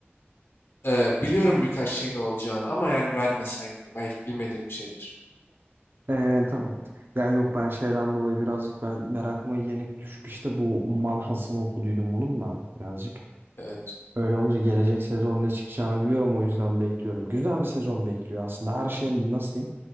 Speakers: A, on the left (about 70°); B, on the right (about 60°).
A: E, biliyorum birkaç şeyin olacağını ama yani vermesen yine de belki bilmediğim bir şeydir.
B: Ee, tamam. Ya yok ben şeyden dolayı birazcık ben merakıma yenik düşüp işte bu manhasını okuduydum bununla birazcık.
A: Evet.
B: Öyle olunca gelecek sezon ne çıkacağını biliyorum o yüzden bekliyorum. Güzel bir sezon bekliyor aslında. Her şey nasıl diyeyim?